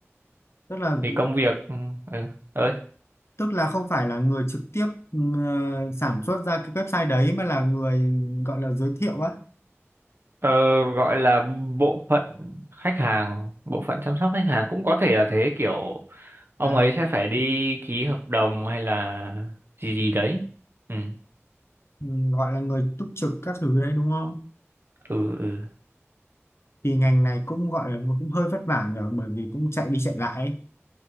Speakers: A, on the left (about 60°); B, on the right (about 50°).
A: tức là
B: thì công việc ừ, ừ, ơi
A: tức là không phải là người trực tiếp ờ, sản xuất ra cái website đấy mà là người gọi là giới thiệu á
B: ờ, gọi là bộ phận khách hàng bộ phận chăm sóc khách hàng cũng có thể là thế kiểu ông
A: à
B: ấy sẽ phải đi ký hợp đồng hay là gì gì đấy ừ.
A: ừ, gọi là người túc trực các thứ đấy đúng không
B: Ừ, ừ.
A: thì ngành này cũng gọi là cũng hơi vất vả nhở bởi vì cũng chạy đi chạy lại ấy.